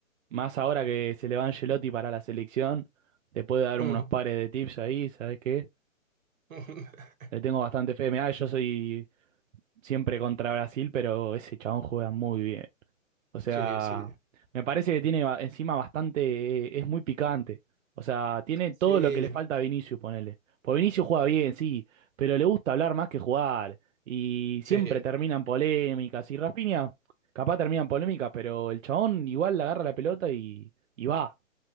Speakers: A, on the right (about 65°); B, on the right (about 80°).
A: Más ahora que se le va Ancelotti para la selección, te puede dar
B: Mm.
A: unos pares de tips ahí, ¿sabes qué?
B: <laughs>
A: Le tengo bastante fe. Mirá, yo soy siempre contra Brasil, pero ese chabón juega muy bien. O sea,
B: Sí, sí,
A: me parece que tiene ba- encima bastante, eh, es muy picante. O sea, tiene
B: sí,
A: todo lo que le falta a Vinicius, ponele. Pues Vinicius juega bien, sí, pero le gusta hablar más que jugar. Y siempre
B: sí.
A: terminan polémicas. Y Rafinha, capaz terminan polémicas, pero el chabón igual le agarra la pelota y, y va.